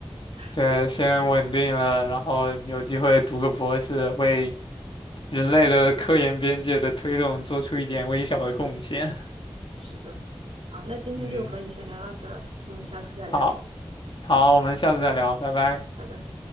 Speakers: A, on the right; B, on the left.
A: <laughs>
B: 对，
A: 如果真的可以。
B: 先稳定了，然后有机会读个博士，为人类的科研边界的推动做出一点微小的贡献。
A: 是的，好，那今天就和你先聊到这儿，
B: 嗯，
A: 我们下次再聊。
B: 好，好，
A: 好，
B: 我们下次再聊，拜拜。
A: 拜拜。